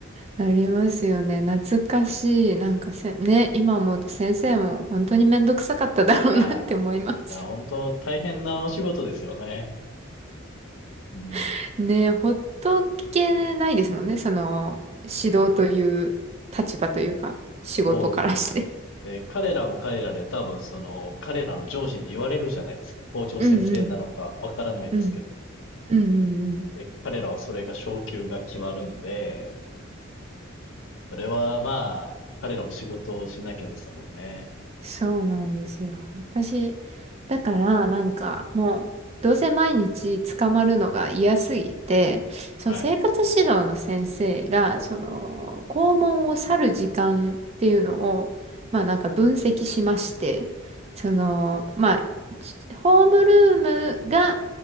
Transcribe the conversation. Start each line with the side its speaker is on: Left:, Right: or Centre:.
Right: ありますよね。懐かしい。なんかせ、ね、今思うと先生も本当にめんどくさかっただろうなって思います。
Left: はい。いや、本当大変なお仕事ですよね。うん。
Right: <laughs> ね、ほっとけないですもんね。その、指導という立場というか、仕事からして。
Left: そうですね。で、彼らも彼らで多分その、彼らの上司に言われるじゃないですか。校長先生なのかわからないですけど。
Right: うんうん。うん。うんうんうん。
Left: で、彼らはそれが昇給が決まるんで、それはまあ、彼らも仕事をしなきゃですもんね。
Right: そうなんですよ。私、だからなんかもう、どうせ毎日捕まるのが嫌すぎて、その生活指導の先生が、
Left: はい。
Right: その、校門を去る時間っていうのを、まあなんか分析しまして、
Left: うん。
Right: その、まあ、ちホームルームが、